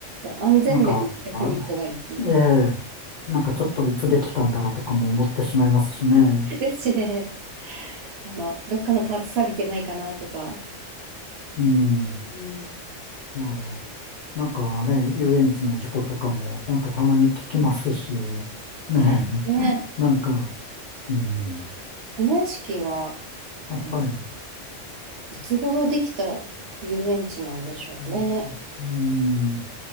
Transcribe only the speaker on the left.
なんか、あええなんかちょっといつできたんだろうとかも思ってしまいますしね。
うん、
ああなんかね、遊園地の事故とかも、なんかたまに聞きますし、ねえ、
<laughs> なんか、うん、
あ、
はい。
うん、うん